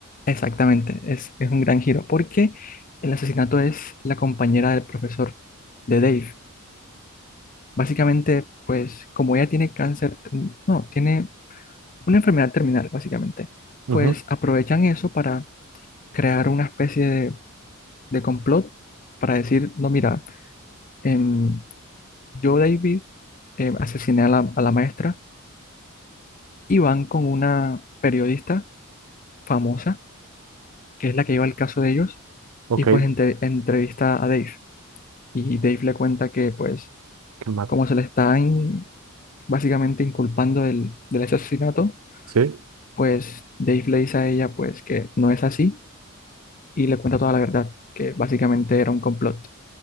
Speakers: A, on the left (about 40°); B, on the right (about 85°).
A: Exactamente, es, es un gran giro, porque el asesinato es la compañera del profesor, de Dave. Básicamente, pues como ella tiene cáncer, mm, no, tiene una enfermedad terminal, básicamente,
B: Ujú,
A: pues aprovechan eso para crear una especie de, de complot para decir, no, mira, em, yo, David, em, asesiné a la, a la maestra y van con una periodista famosa, que es la que lleva el caso de ellos,
B: Ok,
A: y pues
B: qué
A: entre- entrevista a Dave. y Dave le cuenta que pues
B: mal.
A: como se le está in- básicamente inculpando del, del ese asesinato,
B: ¿Sí?
A: pues Dave le dice a ella pues que no es así y le cuenta toda la verdad, que básicamente era un complot